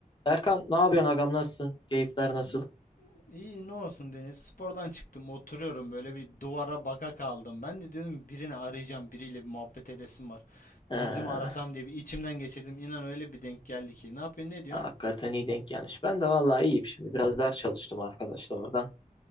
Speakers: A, on the left (about 35°); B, on the left (about 70°).
A: Erkan ne yapıyorsun agam nasılsın? Keyifler nasıl?
B: İ- İyi ne olsun Deniz. Spordan çıktım, oturuyorum böyle bir duvara baka kaldım. Ben de diyordum birini arayacağım, biriyle bir muhabbet edesim var.
A: Ee,
B: Deniz'i mi arasam diye bir içimden geçirdim. İnan öyle bir denk geldi ki. Ne yapıyorsun, ne diyorsun?
A: hakikaten iyi denk gelmiş. Ben de vallahi iyiyim şimdi. Biraz ders çalıştım arkadaşlar oradan.